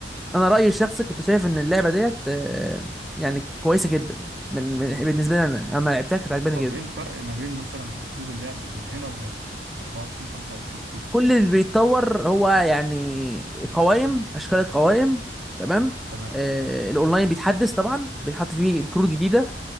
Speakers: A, in the centre; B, on the right (about 80°).
A: انا رايي الشخصي كنت شايف ان اللعبه ديت آه، يعني كويسه جدا من من- بالنسبه لي انا اما لعبتها كانت عجباني
B: طب
A: جدا
B: ايه الفرق ما بين مثلا اسلوب اللعب بين هنا وهنا 24 و25 فيفا
A: كل اللي بيتطور هو يعني قوائم اشكال القوائم تمام
B: تمام
A: آه، الاونلاين بيتحدث طبعا بيتحط فيه كروت جديده